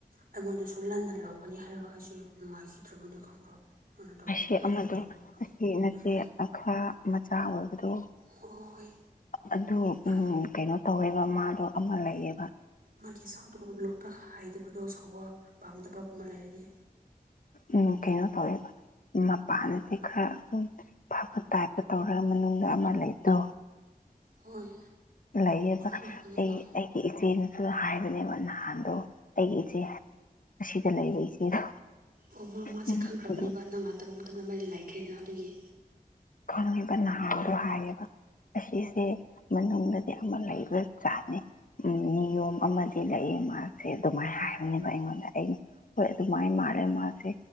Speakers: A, on the right; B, on the left.
A: ꯑꯩꯉꯣꯟꯗꯁꯨ ꯂꯟꯅ ꯂꯧꯒꯅꯤ ꯍꯥꯏꯔꯒ ꯑꯩꯁꯦ ꯅꯨꯡꯉꯥꯏꯈꯤꯗ꯭ꯔꯕꯅꯦ <unintelligible> ꯃꯣꯏꯅ ꯇꯧꯕ
B: ꯑꯁꯤ
A: ꯁꯨꯃꯥꯏꯅ
B: ꯑꯃꯗꯣ
A: ꯇꯧꯕ
B: ꯑꯁꯤ ꯅꯆꯦ
A: ꯎꯝ
B: ꯈꯔ ꯃꯆꯥ ꯑꯣꯏꯕꯗꯣ
A: ꯍꯣꯏ ꯍꯣꯏ
B: ꯑꯗꯨ
A: ꯃꯥ
B: ꯎꯝ ꯀꯩꯅꯣ ꯇꯧꯋꯦ ꯑꯗꯨꯒ ꯃꯥꯗꯣ ꯑꯃ ꯂꯩꯌꯦꯕ
A: ꯃꯥꯒꯤ ꯁꯥꯡꯗꯣ ꯂꯣꯠꯄ ꯍꯥꯏꯗꯕꯗꯣ ꯁꯥꯎꯕ ꯄꯥꯝꯗꯕꯒꯨꯝꯕ ꯂꯩꯔꯗꯤ
B: ꯎ ꯀꯩꯅꯣ ꯇꯧꯋꯦꯕ ꯃꯄꯥꯟꯗꯗꯤ ꯈꯔ ꯎꯝ ꯐꯕ ꯇꯥꯏꯞꯇ ꯇꯧꯔꯒ ꯃꯅꯨꯡꯗ ꯑꯃ ꯂꯩꯗꯣ
A: ꯍꯣꯏ
B: ꯂꯩꯌꯦ
A: ꯁꯨꯃꯥꯏꯅ
B: ꯑꯩ
A: ꯇꯧꯕꯅꯦꯕ
B: ꯑꯩꯒꯤ ꯏꯆꯦꯅꯁꯨ ꯍꯥꯏꯕꯅꯦꯕ ꯅꯍꯥꯟꯗꯣ ꯑꯩꯒꯤ ꯏꯆꯦ ꯑꯁꯤꯗ ꯂꯩꯕ ꯏꯆꯦꯗꯣ
A: ꯑꯣ ꯃꯥ ꯃꯥꯁꯦ
B: ꯎꯝ
A: ꯈꯪꯈ꯭ꯔꯕꯅꯦꯕ
B: ꯑꯗꯨ
A: ꯅꯪ ꯂꯥꯛꯇꯕ ꯃꯇꯝꯗ ꯃꯔꯤ ꯂꯥꯏꯈ꯭ꯔꯦꯗꯅ ꯑꯗꯨꯒꯤ
B: ꯈꯪꯉꯦꯕ ꯅꯍꯥꯟꯗꯣ ꯍꯥꯏꯌꯦꯕ ꯑꯁꯤꯁꯦ ꯃꯅꯨꯡꯗꯗꯤ ꯑꯃ ꯂꯩꯕ ꯖꯠꯅꯤ ꯎ ꯅꯤꯌꯣꯝ ꯑꯃꯗꯤ ꯂꯩꯌꯦ ꯃꯥꯁꯦ ꯑꯗꯨꯃꯥꯏꯅ ꯍꯥꯏꯕꯅꯦꯕ ꯑꯩꯉꯣꯟꯗ ꯑꯩꯅ ꯍꯣꯏ ꯑꯗꯨꯃꯥꯏꯅ ꯃꯥꯜꯂꯦ ꯃꯥꯁꯦ